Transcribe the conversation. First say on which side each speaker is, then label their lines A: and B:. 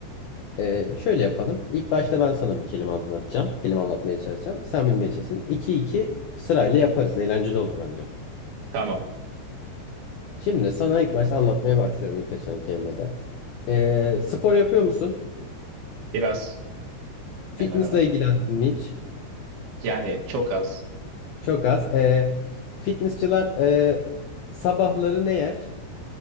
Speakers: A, on the left; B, on the right.
A: Ee, şöyle yapalım. İlk başta ben sana bir kelime anlatacağım. Kelime anlatmaya çalışacağım. Sen bilmeye çalışsın. iki iki sırayla yaparız. Eğlenceli olur bence.
B: Tamam.
A: Şimdi sana ilk başta anlatmaya başlıyorum ilk açılan kelimede. Ee, spor yapıyor musun?
B: Biraz.
A: Fitness'la
B: Hemen hemen.
A: ilgilendin mi hiç?
B: Yani çok az.
A: Çok az. Ee, fitnessçılar e, sabahları ne yer?